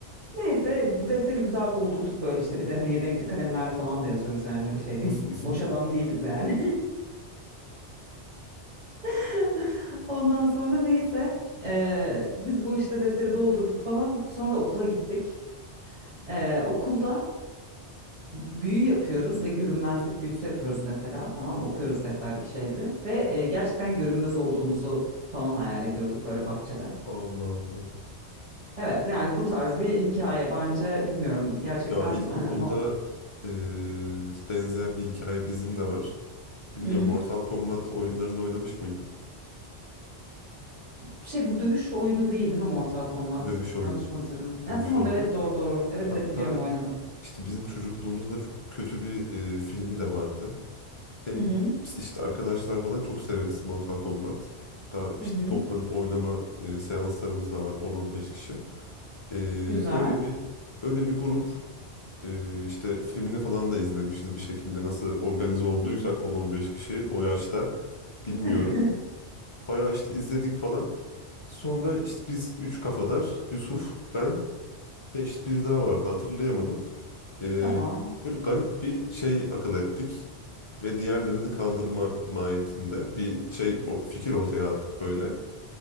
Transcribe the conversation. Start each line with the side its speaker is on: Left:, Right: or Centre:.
Right: Neyse bu defteri güzel doldurduk böyle işte bir de hani renkli kalemlerle falan da yazıyoruz yani öyle şey değil.
Left: <laughs>
Right: Boş adam değiliz yani. <laughs> Ondan sonra neyse ee, biz bu işte defteri doldurduk falan. Sonra okula gittik. Ee, okulda büyü yapıyoruz ve görünmezlik büyüsü yapıyoruz mesela. Tamam mı? Okuyoruz defterdeki şeyleri ve e, gerçekten görünmez olduğumuzu falan hayal ediyorduk böyle bahçede.
Left: Allah Allah.
Right: Evet yani bu tarz bir hikaye bence bilmiyorum gerçekten.
Left: Ya ilkokulda
Right: E, ma-
Left: eee, benzer bir hikaye bizim de var. Bilmiyorum
Right: Hı hı.
Left: Mortal Kombat oyunlarını oynamış mıydım?
Right: E, şey bu dövüş oyunu değil değil mi Mortal Kombat?
Left: Dövüş oyunu.
Right: Yanlış mı hatırlıyorum? E,
Left: Dövüş
Right: tamam
Left: oyunu.
Right: evet doğru doğru. Evet
Left: Hatta
Right: evet biliyorum oynadım.
Left: işte bizim çocukluğumuzda çok kötü bir eee, filmi de vardı. Hem
Right: Hı hı.
Left: biz işte arkadaşlar falan çok severiz Mortal Kombat. Daha işte
Right: Hı hı.
Left: toplanıp oynama eee, seanslarımız da var on on beş kişi. Eee,
Right: Güzel.
Left: öyle bir öyle bir grup e, işte filmini falan da izlemişiz bir şekilde. Nasıl organize olduysak 10-15 kişi o yaşta bilmiyorum.
Right: <laughs>
Left: Bayağı işte izledik falan. Sonra işte biz üç kafadar Yusuf, ben ve işte biri daha vardı hatırlayamadım. E,
Right: Tamam.
Left: böyle garip bir şey akıl ettik. Ve diğerlerini kandırma mahiyetinde bir şey o- fikir ortaya attık böyle.